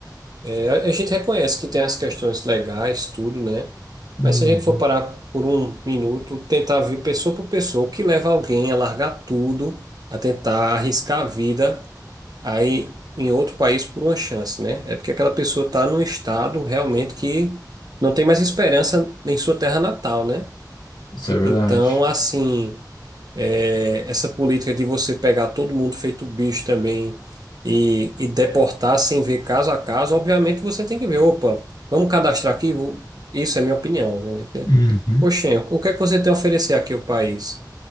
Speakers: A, on the right (about 60°); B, on the left (about 80°).
A: É, a a gente reconhece que tem as questões legais, tudo, né?
B: Uhum.
A: Mas se a gente for parar por um minuto, tentar ver pessoa por pessoa, o que leva alguém a largar tudo, a tentar arriscar a vida aí em outro país por uma chance, né? É porque aquela pessoa está num estado realmente que não tem mais esperança em sua terra natal, né?
B: Isso é verdade.
A: Então, assim. É, essa política de você pegar todo mundo feito bicho também e, e deportar sem ver caso a caso, obviamente você tem que ver, opa, vamos cadastrar aqui? Vou- Isso é minha opinião, obviamente, né?
B: uhum,
A: Oxê, o que é que você tem a oferecer aqui ao país?